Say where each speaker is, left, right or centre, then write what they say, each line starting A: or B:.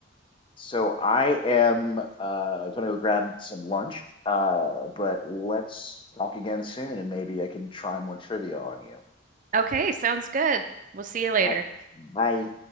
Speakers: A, on the left (about 25°); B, on the right (about 40°).
A: So I am uh, going to go grab some lunch, uh, but let's talk again soon, and maybe I can try more trivia on you.
B: Okay, sounds good. We'll see you later.
A: All right, bye.